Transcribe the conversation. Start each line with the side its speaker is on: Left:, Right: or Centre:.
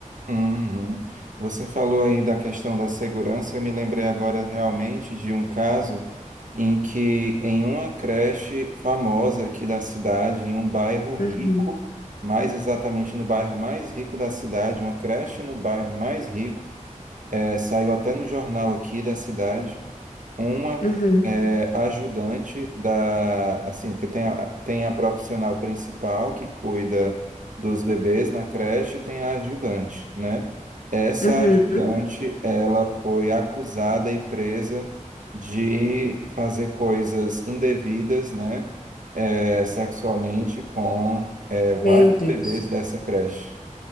Right: Uhum. Você falou aí da questão da segurança. Eu me lembrei agora realmente de um caso em que, em uma creche famosa aqui da cidade, em um bairro rico,
Left: Uhum,
Right: mais exatamente no bairro mais rico da cidade, uma creche no bairro mais rico, eh, saiu até no jornal aqui da cidade uma
Left: uhum,
Right: é, ajudante da, assim, que tem a, tem a profissional principal que cuida dos bebês na creche e tem a ajudante, né? Essa
Left: uhum.
Right: ajudante, ela foi acusada e presa de fazer coisas indevidas, né? é, sexualmente com é, vários
Left: Meu Deus,
Right: bebês dessa creche.